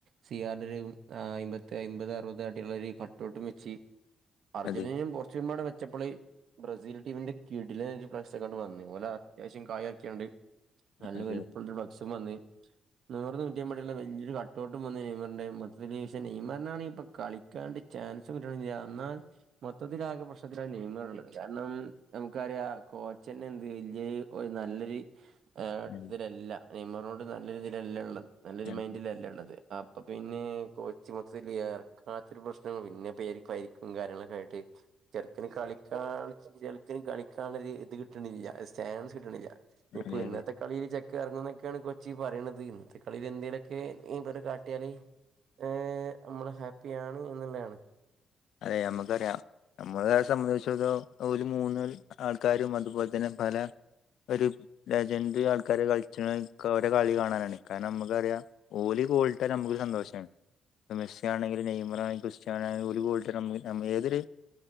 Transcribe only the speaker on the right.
സി ആർ ൻ്റൊരു അയ്മ്പത്ത അയ്മ്പത് അറുപത് കാട്ടിള്ളൊരു കട്ടൗട്ടും വെച്ച് അർജന്റീനയും
പോർച്ചുഗലുംപാടെ ച്ചപ്പള് ബ്രസീൽ ടീമിന്റെ കിഡിലെനായ്റ്റ് ഇപ്രവാശ്യകണ്ട് വന്ന്. ഓലെ അത്യാവശ്യം കായാക്ക്യാണ്ട് നല്ല
വലിപ്പുള്ള ഫ്ലക്സും വന്ന് നൂറ് നൂറ്റയ്മ്പടിള്ള വലിയൊരു കട്ടോട്ടും വന്ന നെയ്മറിന്റെ മൊത്തത്തില് ക്ഷേ നെയ്മർനാണെങ്കി ഇപ്പ കളിക്കാണ്ട് ചെ ചാൻസ് കിട്ടിണില്ല അന്ന് മൊത്തത്തിലാകെ പ്രശ്നത്തിലാണ് നെയമറ്ള്ളത് കാരണം നമുക്കറിയ കോ കോച്ചന്നെ എന്ത് വല്യ ഓര് നല്ലൊരു എഹ്
ഇതിലല്ല, നെയ്മറോട് നല്ലൊരു ഇതിലല്ല ഉള്ളത് നല്ലൊരു
മൈൻഡിലല്ല ഉള്ളത് അപ്പൊ പിന്നെ കൊച്ച് മൊത്തത്തിൽ ഇറക്കാത്തൊരു പ്രശ്നം പിന്നെ പേരിന് പരിക്കും കാര്യങ്ങളൊക്കായിട്ട് ചെറുക്കന് കളിക്കാൻ ചെറുക്കന് കളിക്കാനുള്ള ഇത് കിട്ടണില്ല ചാൻസ് ഇപ്പൊ
ഇന്നത്തെ
കളിയില് ചെക്കാ എറങ്ങും എന്നൊക്കെയാണ് കൊച്ച് പറയണത് ഇന്നത്തെ കളിൽ എന്തേലൊക്കെ ഈ ബല് കാട്ടിയാല് ഹ്ഹ്ഹ് നമ്മള് ഹാപ്പിയണ് എന്നുളയാണ്